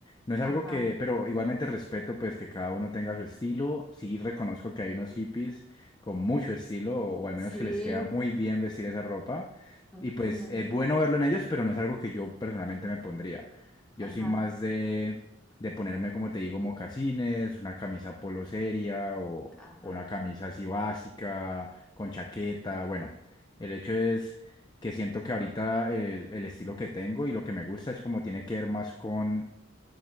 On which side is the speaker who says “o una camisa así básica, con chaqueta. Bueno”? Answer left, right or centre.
Left